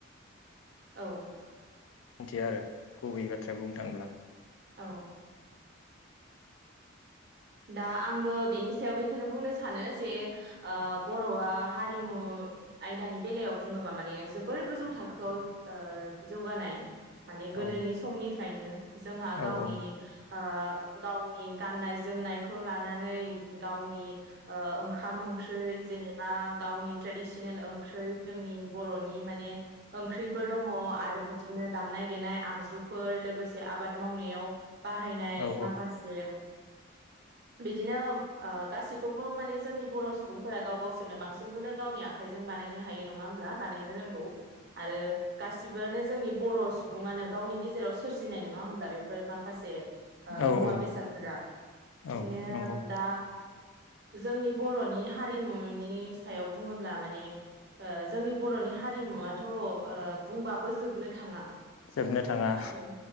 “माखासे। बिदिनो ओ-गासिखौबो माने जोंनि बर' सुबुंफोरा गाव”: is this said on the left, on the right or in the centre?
Right